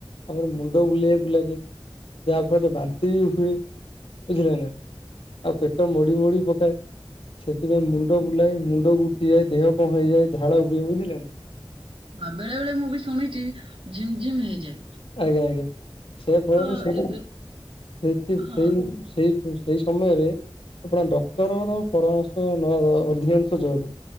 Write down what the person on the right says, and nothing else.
ହଁ ବେଳେ ବେଳେ ମୁଁ ବି ଶୁଣିଛି ଝିମ୍ ଝିମ୍ ହେଇଯାଏ।
ତ
ଏ ଏ
ହଁ